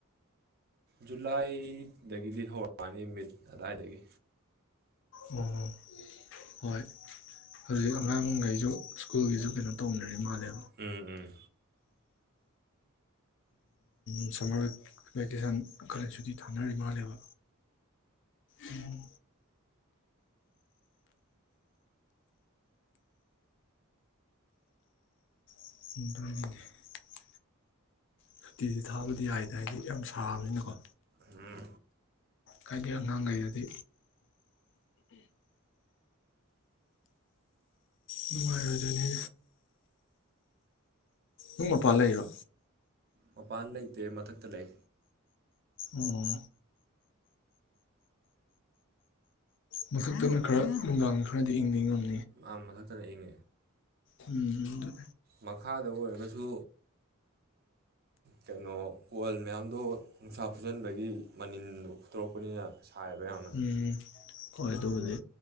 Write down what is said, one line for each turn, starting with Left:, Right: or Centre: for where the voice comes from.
Right: ꯖꯨꯂꯥꯏꯗꯒꯤꯗꯤ ꯍꯧꯔꯛꯑꯅꯤ ꯃꯤꯠ ꯑꯗꯨꯋꯥꯏꯗꯒꯤ
Left: ꯑꯣ ꯍꯣꯏ ꯍꯧꯖꯤꯛ ꯑꯉꯥꯡꯈꯩꯁꯨ ꯁ꯭ꯀꯨꯜꯒꯤꯁꯨ ꯀꯩꯅꯣ ꯇꯧꯅꯔꯤ ꯃꯥꯜꯂꯦ
Right: ꯎꯝ ꯎꯝ
Left: ꯎ ꯁꯃꯕ ꯀꯁꯥꯟ ꯑꯀꯜ ꯑꯁꯨꯗꯤ ꯊꯥꯅꯔꯤ ꯃꯥꯜꯂꯦꯕ ꯎꯝ ꯍ ꯁꯨꯇꯤꯗꯤ ꯊꯥꯕꯗꯤ ꯌꯥꯏꯗ ꯍꯥꯏꯗꯤ ꯌꯥꯝ ꯁꯥꯕꯅꯤꯅꯀꯣ
Right: ꯎꯝ
Left: ꯍꯥꯏꯒꯤ ꯑꯉꯥꯡꯈꯩꯗꯗꯤ ꯅꯨꯡꯉꯥꯏ ꯑꯣꯏꯔꯅꯤ ꯨꯡ ꯃꯄ ꯂꯩꯕ
Right: ꯃꯄꯥꯟ ꯂꯩꯇꯦ ꯃꯊꯛꯇ ꯂꯩ
Left: ꯑꯣꯝ ꯃꯊꯛꯇꯅ ꯈꯔ ꯅꯨꯡꯗꯥꯡ ꯁ꯭ꯋꯥꯏꯗ ꯏꯪꯕ ꯉꯝꯃꯤ
Right: ꯑꯝ ꯃꯈ ꯈ ꯇꯅ ꯏꯪ
Left: ꯎꯝ
Right: ꯃꯈꯥꯗ ꯑꯣꯏꯔꯒꯁꯨ ꯀꯩꯅꯣ ꯄꯣꯜ ꯃꯌꯥꯝꯗꯣ ꯅꯨꯡꯁꯥ ꯐꯨꯖꯟꯕꯒꯤ ꯃꯅꯤꯟꯗꯣ ꯐꯨꯠꯇꯣꯔꯛꯄꯅꯤꯅ ꯁꯥꯏꯕ ꯍꯧꯅ
Left: ꯎꯝ ꯍꯣꯏ ꯑꯗꯨꯕꯨꯗꯤ
Right: ꯑꯗꯨ